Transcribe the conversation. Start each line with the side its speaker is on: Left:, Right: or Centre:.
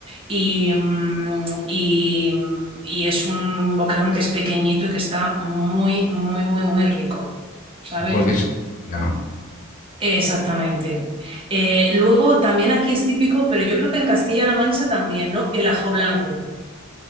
Right: y, mm, y, mm, y es un boquerón que es pequeñito y que está muy, muy, muy, muy rico, ¿sabes?
Left: Porque es- ya no.
Right: Exactamente. Eh, luego también aquí es típico, pero yo creo que en Castilla-La Mancha también, ¿no? El ajo blanco.